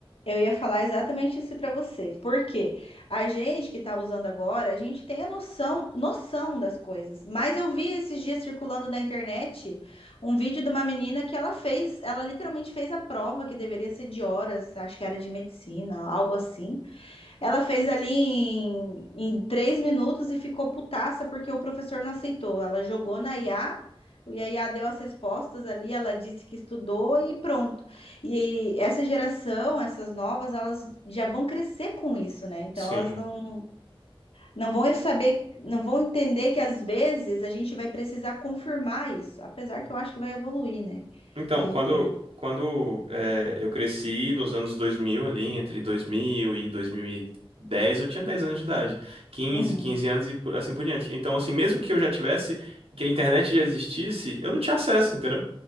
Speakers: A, on the left; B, on the right.
A: Eu ia falar exatamente isso para você, porque a gente que está usando agora, a gente tem a noção, noção das coisas. Mas eu vi esses dias circulando na internet um vídeo de uma menina que ela fez, ela literalmente fez a prova que deveria ser de horas, acho que era de medicina, algo assim. Ela fez ali em, em três minutos e ficou putaça porque o professor não aceitou. Ela jogou na IA, o IA deu as respostas ali, ela disse que estudou e pronto. E essa geração, essas novas, elas já vão crescer com isso, né? Então
B: Sim.
A: elas não, não vão saber, não vão entender que às vezes a gente vai precisar confirmar isso, apesar que eu acho que vai evoluir, né?
B: Então,
A: Com
B: quando,
A: o tempo.
B: quando eh, eu cresci nos anos 2000 ali, entre 2000 e dois mil e dez eu tinha 10 anos de idade, quinze
A: Uhum,
B: 15 anos e por- assim por diante. Então, assim, mesmo que eu já tivesse, que a internet já existisse, eu não tinha acesso, entendeu?